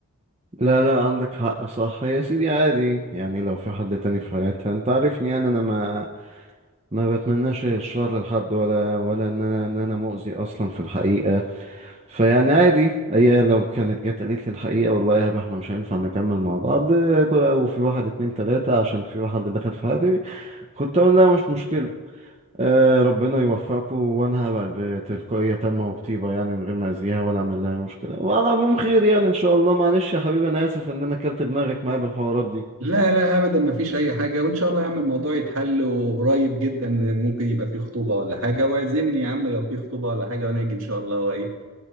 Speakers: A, on the right (about 30°); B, on the right (about 60°).
A: لا لا عندك حق صح يا سيدي عادي يعني لو في حد تاني في حياتها انت عارفني يعني انا ما ما بتمناش الشر لحد ولا ولا ان انا ان انا مؤذي اصلا في الحقيقة فيعني عادي هي لو كانت جت قالت لي الحقيقة والله يا هبة احنا مش هينفع نكمل مع بعض آه، وفي واحد اتنين تلاتة عشان في واحد دخل في حياتي كنت اقول لها مش مشكلة آه ربنا يوفقكم وانا هبعد بتلقائية تامة وبطيبة يعني من غير ما اذيها ولا اعمل لها أي مشكلة وعلى العموم خير يعني ان شاء الله معلش يا حبيبي انا اسف ان انا كلت دماغك معايا بالحوارات دي
B: لا لا ابدا ما فيش اي حاجة وان شاء الله يا عم الموضوع يتحل وقريب جدا ممكن يبقى في خطوبة ولا حاجة واعزمني يا عم لو في خطوبة ولا حاجة وانا اجي ان شاء الله وايه